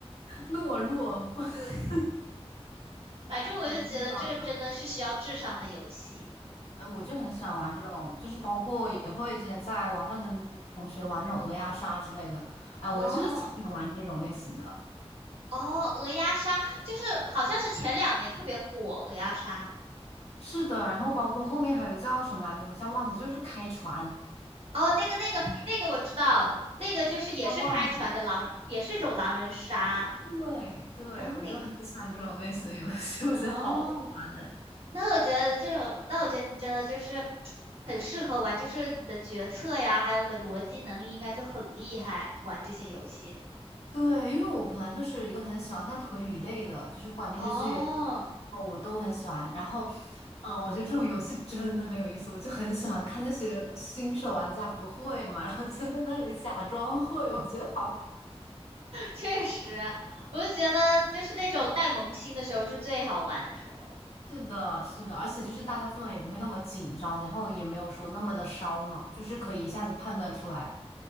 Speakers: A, on the left; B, on the right.
A: <laughs> 懦弱，<laughs>
B: 对，反正我就觉得这个真的是需要智商的游戏。
A: 我知道。的。哎，我就很喜欢玩这种，就是包括我也会之前在网上跟同学玩那种鹅鸭杀之类的。哎，
B: 哦
A: 我就是挺喜欢玩这种类型的。
B: 哦，鹅鸭杀就是好像是前两年特别火，鹅鸭杀。
A: 是的，然后包括后面还有个叫什么来着，我们叫忘记，就是开船，
B: 哦，那个那个那个我知道，那个就是也是开船的狼，
A: 叫忘记。
B: 也是一种狼人杀。
A: 对对，
B: 然后那
A: 我就很喜欢这种类型的游戏，我觉得好好玩。
B: 哦，那我觉得这种，那我觉得你真的就是很适合玩，就是你的决策呀，还有你的逻辑能力应该就很厉害，玩这些游戏。
A: 对，因为我本来就是一个很喜欢看推理类的，就是不管电视剧也
B: 哦，
A: 好我都很喜欢。然后，嗯，我觉得这种游戏真的很有意思，我就很喜欢看那些新手玩家不会嘛，然后就在那里假装会，我觉得好好。
B: 确实，我就觉得就是那种带萌新的时候是最好玩的时候。
A: 是的，是的，而且就是大家氛围也不会那么紧张，然后也没有说那么的烧脑，就是可以一下子判断出来。